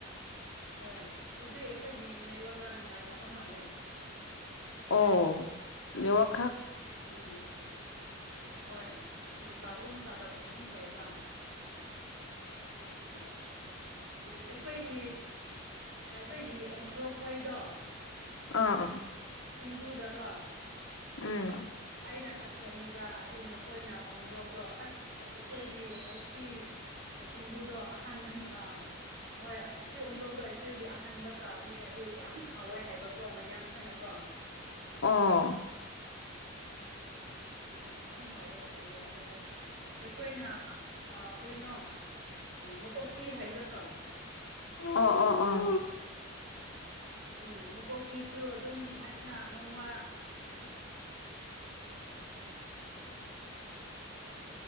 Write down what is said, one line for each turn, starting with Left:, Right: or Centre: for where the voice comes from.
Right: ꯍꯣꯏ ꯍꯧꯖꯤꯛ ꯑꯩꯈꯣꯏꯒꯤ ꯅꯦꯠꯋꯥꯛ ꯔ ꯅꯨꯡꯉꯥꯏꯇꯕ ꯃꯥꯜꯂꯦ
Left: ꯑꯣ ꯅꯋ ꯈꯥꯛ
Right: ꯎꯝ ꯍꯣꯏ ꯎꯝ ꯇꯥꯕꯒꯨꯝꯕꯒꯨꯝ ꯇꯧꯕ
Left: ꯇꯣꯣ ꯀꯌꯥ
Right: ꯑꯩꯈꯣꯏꯒꯤ ꯑꯩꯈꯣꯏꯒꯤ ꯎꯣꯔꯣꯛꯈꯣꯏꯗꯣ
Left: ꯑ
Right: ꯁꯤꯡꯖꯨꯗꯀ
Left: ꯎꯝ
Right: ꯑꯩꯅ ꯁꯦꯝꯃꯤꯕ ꯑꯗꯨ ꯃꯈꯣꯏꯅ ꯑꯣ꯭ꯔꯣꯛꯗꯣ ꯑꯁ ꯑꯩꯈꯣꯏꯗꯤ ꯑꯁꯤ ꯁꯤꯡꯖꯨꯗꯣ ꯑꯍꯥꯟꯕꯅꯤ ꯑꯥ ꯍꯣꯏ ꯑꯁꯤ ꯑꯃꯔꯣꯛꯗꯣ ꯑꯩꯈꯣꯏꯗꯤ ꯑꯍꯟꯕ ꯆꯥꯕꯅꯦ ꯑꯗꯨ ꯌꯥꯝ ꯍꯥꯎꯋꯦ ꯍꯥꯏꯕꯀꯣ ꯃꯌꯥꯡꯈꯣꯏꯅꯀꯣ
Left: ꯑꯥ
Right: ꯎꯝ ꯌꯥꯝ ꯍꯥꯎꯋꯦ ꯍꯥꯏꯌꯦ ꯑꯗꯣ ꯑꯩꯈꯣꯏꯅ ꯀꯔꯤꯅꯣ ꯃꯀꯣꯛꯄꯤ ꯍꯥꯏꯕꯗꯣ
Left: ꯑꯣ ꯑꯣ ꯑꯣ
Right: ꯎꯝ ꯃꯨꯀꯣꯛꯄꯤꯁꯨ ꯑꯗꯨꯝ ꯑꯩꯅ ꯅꯣꯡꯃ